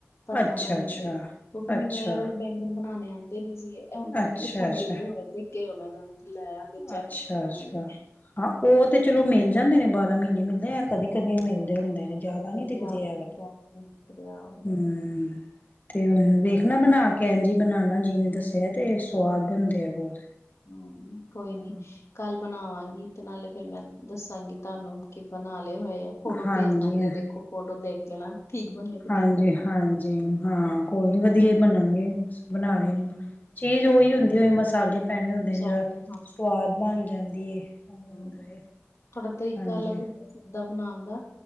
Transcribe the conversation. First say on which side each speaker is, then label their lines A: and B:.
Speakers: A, on the left; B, on the left.
A: ਭਰਥਾ
B: ਅੱਛਾ-ਅੱਛਾ,
A: ਬਨਣ ਲਈ, ਕਿਉਂਕਿ
B: ਅੱਛਾ।
A: ਮੈਨੂੰ ਐ ਵਾਲੇ ਬੈਂਗਣ ਬਣਾਣੇ ਆਂਦੇ ਨੀ ਸੀਗੇ। ਐ ਹੁਣ ਪਤਾ
B: ਅੱਛਾ-ਅੱਛਾ,
A: ਨੀ ਕਿੱਥੋਂ ਮਿਲਗੇ ਹੋਣੇ, ਦਿਖਗੇ ਹੋਨੇ ਨੇ ਲੈ ਆਂਦੇ ਚਕ
B: ਅੱਛਾ-ਅੱਛਾ।
A: ਕੇ ਇਹਨਾਂ ਨੂੰ।
B: ਹਾਂ, ਓ ਤੇ ਚਲੋ ਮਿਲ ਜਾਂਦੇ ਨੇ, ਬਾਰਾਂ ਮ੍ਹੀਨੇ ਮਿਲਦੇ ਐ ਕਦੀ-ਕਦੀ
A: ਹਮ,
B: ਮਿਲਦੇ ਹੁੰਦੇ ਨੇ, ਜਾਦਾ ਨੀ
A: ਵਧੀਆ
B: ਦਿਖਦੇ
A: ਹੋ
B: ਐ ਵਾਲੇ,
A: ਜਾਣ ਰਿਹਾ ਉਹ
B: ਹੂੰ। ਤੇ ਹੁਣ ਵੇਖਣਾ ਬਣਾਕੇ, ਐੰਜੀ ਬਣਾਨਾ ਜਿਵੇਂ ਦੱਸਿਆ ਤੇ ਸਵਾਦ ਬਣਦੇ ਆ ਬੋਤ।
A: ਹੂੰ, ਕੋਈ
B: ਹਾਂ,
A: ਨੀ ਕੱਲ ਬਣਾਵਾਂਗੀ ਤੇ ਨਾਲੇ ਫੇਰ ਮੈਂ ਦੱਸਾਂਗੀ ਤਾਨੂੰ, ਕਿ ਬਣਾ ਲਏ ਹੋਏ ਆ। ਫੋਟੋ
B: ਹਾਂਜੀ।
A: ਭੇਜ ਦਾਂਗੀ ਆ ਦੇਖੋ ਫੋਟੋ ਦੇਖ ਲੈਣਾ, ਠੀਕ ਬਣੈ ਕਿ
B: ਹਾਂਜੀ
A: ਨੀ ਬਣੇ।
B: ਹਾਂਜੀ ਹਾਂ ਕੋਈ ਨੀ ਵਧੀਆ ਈ ਬਨਨਗੇ ਬਣਾਣੇ,
A: ਹਮ,
B: ਚੀਜ਼ ਓਈ ਹੁੰਦੀ ਓਏ ਮਸਾਲੇ ਪੈਣੇ ਹੁੰਦੇ,
A: ਮਸਾਲੇ
B: ਜਰਾ ਸਵਾਦ ਬਣ ਜਾਂਦੀ ਏ। ਹੁੰਦਾ
A: ਹੁਂ,
B: ਏ
A: ਥੋੜਾ ਤਰੀਕਾ
B: ਹਾਂਜੀ
A: ਅਲੱਗ ਦਾ ਬਣਾਣ ਦਾ,